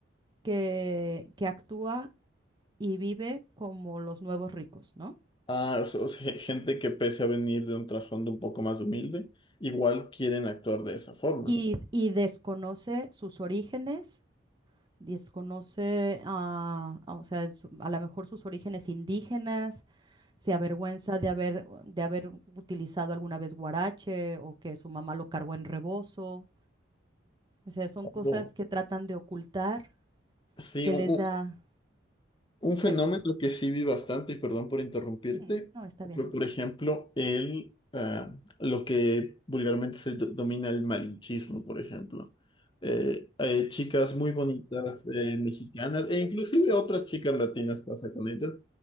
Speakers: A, on the right; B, on the left.
A: que, que actúa y vive como los nuevos ricos, ¿no?
B: Ah, o sea, o sea, gente que pese a venir de un trasfondo un poco más humilde, igual quieren actuar de esa forma.
A: Y, y desconoce sus orígenes, desconoce, ah, ah, o sea, su- a lo mejor sus orígenes indígenas, se avergüenza de haber, de haber utilizado alguna vez guarache o que su mamá lo cargó en rebozo. O sea, son cosas
B: Oh,
A: que tratan de ocultar,
B: Sí,
A: que
B: un,
A: les
B: un-
A: da...
B: Un fenómeno
A: pe-
B: que sí vi bastante, y perdón por interrumpirte,
A: mm, no, está bien.
B: fue por ejemplo el, ah, lo que vulgarmente se do- domina el malinchismo, por ejemplo. Eh, hay chicas muy bonitas eh, mexicanas, e inclusive otras chicas latinas pasa con ellas,